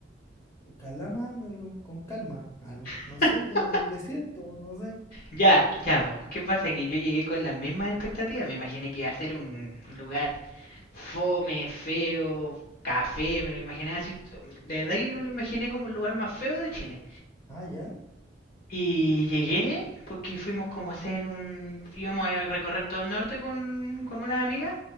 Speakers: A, on the left (about 15°); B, on the left (about 50°).
A: Calama, me lo- con calma. Ah, no,
B: <laughs>
A: no sé, como desierto, no sé.
B: Ya, ya, pues, ¿qué pasa? Que yo llegué con las mismas expectativas. Me imaginé que iba a ser un lugar fome, feo, café, me lo imaginaba así. De verdad que yo me lo imaginé como el lugar más feo de Chile.
A: Ah, ya,
B: Y llegué, porque fuimos como a hacer un... íbamos a recorrer todo el norte con, con unas amigas.